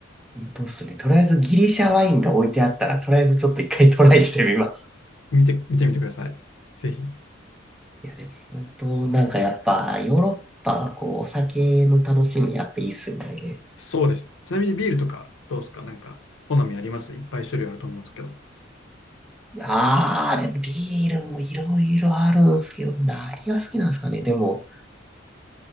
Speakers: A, in the centre; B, on the left (about 80°).
A: 本当っすね。とりあえずギリシャワインが置いてあったら、とりあえずちょっと一回トライしてみます。
B: 見て、見てみてください。ぜひ。
A: いや、でも本当、なんかやっぱ、ヨーロッパはこう、お酒の楽しみやっていいっすよね。
B: そうです。ちなみにビールとかどうですかなんか、好みありますいっぱい種類あると思うんですけど。
A: あー、でもビールもいろいろあるんすけど、何が好きなんですかね。でも、